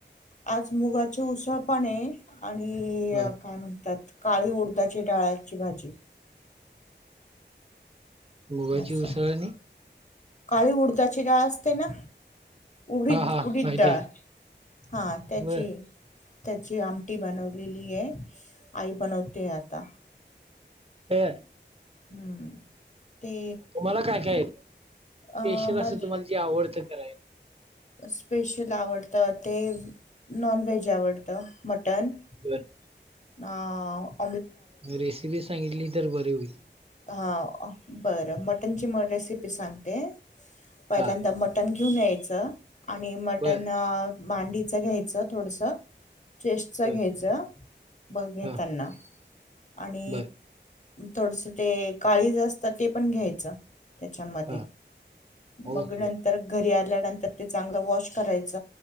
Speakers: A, on the left (about 40°); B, on the right (about 30°).
A: आज मुगाच उसळ पण ये. आणि
B: बर
A: काय म्हणतात काळी उडदाची डाळाची भाजी.
B: मुगाची
A: असं
B: उसळ आणि
A: काळी उडदाची डाळ असते ना उडीद
B: हा हा
A: उडीद
B: माहिती
A: डाळ
B: आहे.
A: हा त्याची
B: बर
A: त्याची आमटी बनवलेली ये आई बनवते आता
B: हे
A: हम्म ते
B: तुम्हाला काय काय येतय स्पेशल
A: अ मला
B: असं तुम्हाला जे आवडतं कराय
A: स्पेशल आवडतं ते नॉनव्हेज आवडतं मटण
B: बरं
A: ना
B: रेसिपी सांगितली तर बरी होईल.
A: हा बरं मटनची म रेसिपी सांगते. पहिल्यांदा
B: हा
A: मटण घेऊन यायचं आणि मटण
B: बर
A: आ मांडीचं घ्यायचं. थोडस चेस्टच
B: बर
A: घ्यायचं ब घेतांना
B: हा
A: आणि
B: बर
A: थोडस ते काळीज असत ते पण घ्यायचं. त्याच्यामध्ये
B: हा ओके
A: मग नंतर घरी आ ल्यानंतर ते चांगलं वॉश करायच